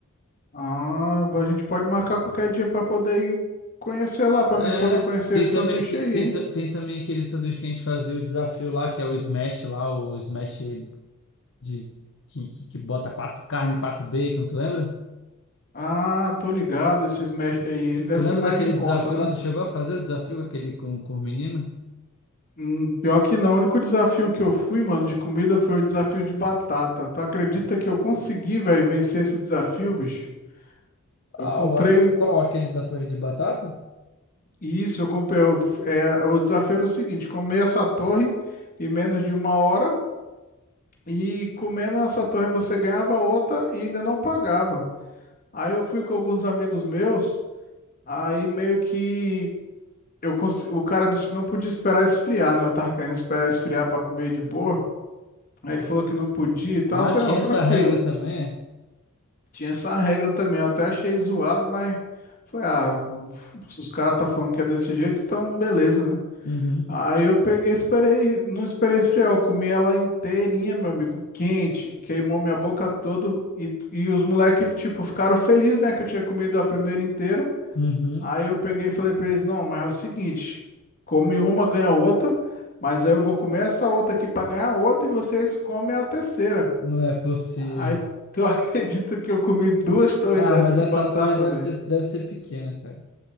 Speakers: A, on the left (about 40°); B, on the left (about 60°).
A: Ah, a gente pode marcar qualquer dia pra poder ir conhecer lá, pra
B: É,
A: me poder conhecer
B: tem
A: esse sanduíche
B: também, tem,
A: aí,
B: tem,
A: hein?
B: ta- tem também aquele sanduíche que a gente fazia o desafio lá, que é o smash lá, o smash de, que, que, que bota quatro carne, quatro bacon, tu lembra?
A: Ah, tô ligado, esse Smash aí. Ele deve
B: Tu lembra
A: ser mais
B: daquele
A: em conta,
B: desafio
A: né?
B: lá? Tu chegou a fazer o desafio com aquele com, com o menino?
A: Hum, pior que não. O único desafio que eu fui, mano, de comida foi o desafio de batata. Tu acredita que eu consegui, velho, vencer esse desafio, bicho? Eu
B: Ah,
A: comprei
B: o, aque- qual? Aquele da torre de batata?
A: isso, eu comprei. Eu, era, o desafio era o seguinte: comer essa torre em menos de uma hora. E comendo essa torre você ganhava outra e ainda não pagava. Aí eu fui com alguns amigos meus. Aí meio que. eu cons- o cara disse que não podia esperar esfriar, né? Eu tava querendo esperar esfriar pra comer de boa. Aí ele falou que não podia e tal.
B: Ah,
A: Eu falei,
B: tinha
A: não, tranquilo.
B: essa regra também.
A: Tinha essa regra também. Eu até achei zoado, mas foi, ah, se os caras tá falando que é desse jeito, então beleza, né?
B: é. Uhum,
A: Aí eu peguei, esperei, não esperei esfriar, eu comi ela inteirinha, meu amigo, quente, queimou minha boca toda e, e os moleques, tipo, ficaram felizes, né, que eu tinha comido a primeira inteira.
B: uhum.
A: Aí eu peguei e falei pra eles, não, mas é o seguinte, come uma, ganha outra, mas aí eu vou comer essa outra aqui pra ganhar outra e vocês comem a terceira.
B: Não é possível.
A: Aí tu <laughs> acredita que eu comi duas torres
B: Ah,
A: dessas
B: mas
A: de
B: essa
A: batata,
B: torre deve
A: velho?
B: ter, deve ser pequena, cara.